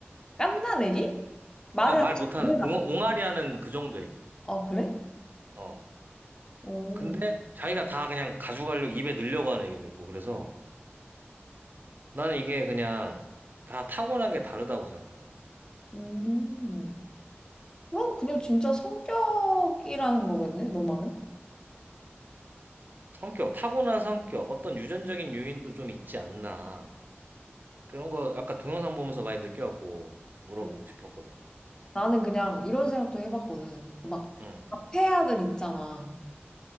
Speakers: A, on the left; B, on the right.
A: 깐난애기? 말을
B: 아, 말
A: 할 수
B: 못하는,
A: 있는 아이.
B: 웅, 옹알이 하는 그 정도 애기.
A: 아, 그래?
B: 어.
A: 오.
B: 근데 자기가 다 그냥 가져가려고 입에 넣으려고 하는 애기도 있고 그래서 나는 이게 그냥 다 타고난 게 다르다고 생각하거든.
A: 음. 그럼 그냥 진짜 성격이라는 거겠네, 너 말은?
B: 성격, 타고난 성격, 어떤 유전적인 요인도 좀 있지 않나. 그런 거 아까 동영상 보면서 많이 느껴갖고 물어보고
A: 그래?
B: 싶었거든.
A: 나는 그냥 이런 생각도 해봤거든. 그막
B: 응.
A: 카페 아들 있잖아.